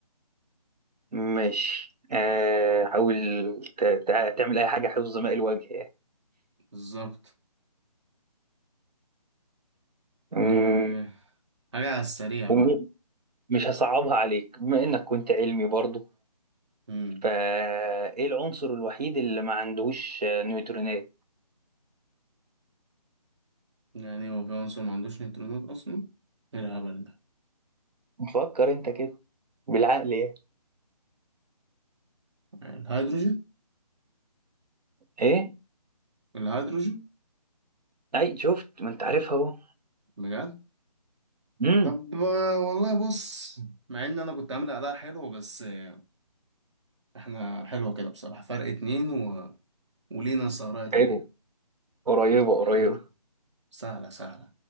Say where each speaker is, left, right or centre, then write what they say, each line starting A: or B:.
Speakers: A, on the right; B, on the right.
A: ماشي آه، حاول ت- تع- تعمل اي حاجه حفظ ماء الوجه يعني
B: بالظبط
A: مم،
B: آه، حاجه على السريع
A: ومش
B: بقى
A: هصعبها عليك بما انك كنت علمي برضو
B: امم
A: فايه العنصر الوحيد اللي ما عندهوش آه، نيوترونات
B: يعني هو في عنصر ما عندوش نيوترونات اصلا ايه الهبل ده
A: فكر انت كده بالعقل يعني
B: الهيدروجين
A: ايه
B: الهيدروجين
A: اي شفت ما انت عارفها اهو
B: بجد
A: امم
B: طب آه، والله بص مع ان انا كنت عامل اداء حلو بس آه، احنا حلوه كده بصراحه فرق اتنين و... ولينا سهرية تانية
A: حلو قريبه قريبه
B: حلو سهله سهله